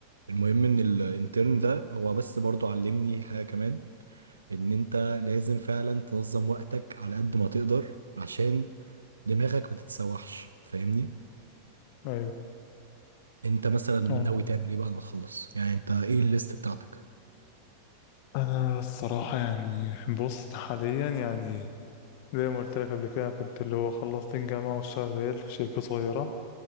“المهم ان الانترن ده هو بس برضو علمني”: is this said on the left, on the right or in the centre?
Right